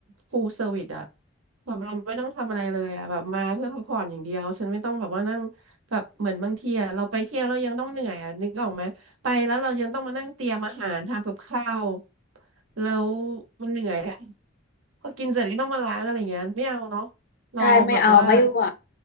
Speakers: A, on the right; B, on the left.
A: ฟูลเซอร์วิสอะแบบเราไม่ต้องทำอะไรเลยอะแบบมาเพื่อพักผ่อนอย่างเดียวฉันไม่ต้องแบบว่านั่งแบบเหมือนบางทีอะเราไปเที่ยวเรายังต้องเหนื่อยอะนึกออกไหมไปแล้วเรายังต้องมานั่งเตรียมอาหารทำกับข้าวแล้วมันเหนื่อยอะพอกินเสร็จก็ต้องมาล้างอะไรเงี้ยไม่เอาเนาะ
B: <laughs>
A: เราแบบว่า
B: ใช่ไม่เอาไม่ไหว